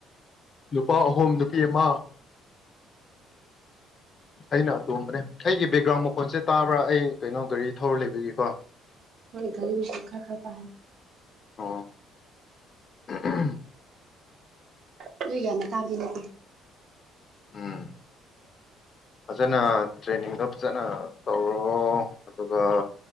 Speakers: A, on the left; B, on the right.
A: ꯅꯨꯄꯥ ꯑꯍꯨꯝ ꯅꯨꯄꯤ ꯑꯃ꯫ ꯑꯩꯅ ꯑꯇꯣꯝꯕꯅꯦ ꯑꯩꯒꯤ ꯕꯦꯛꯒ꯭ꯔꯥꯎꯟ ꯃꯈꯣꯟꯁꯦ ꯇꯥꯕ꯭ꯔꯥ ꯑꯩ ꯀꯩꯅꯣ ꯒꯥꯔꯤ ꯊꯧꯔ ꯂꯩꯕꯒꯤꯀꯣ꯫
B: ꯒꯔꯤ ꯅꯨꯡꯁꯤꯠ ꯔꯥ ꯈꯔꯥꯇꯥꯔꯦ꯫
A: ꯑꯣ <unintelligible>
B: ꯑꯗꯨꯨꯏ ꯌꯥꯝꯅ ꯊꯥꯕꯗꯤ ꯅꯠꯇꯦ꯫
A: ꯎꯝ ꯐꯖꯅ ꯇ꯭ꯔꯦꯟꯅꯤꯡꯗꯣ ꯐꯖꯅ ꯇꯧꯔꯣ ꯑꯗꯨꯒ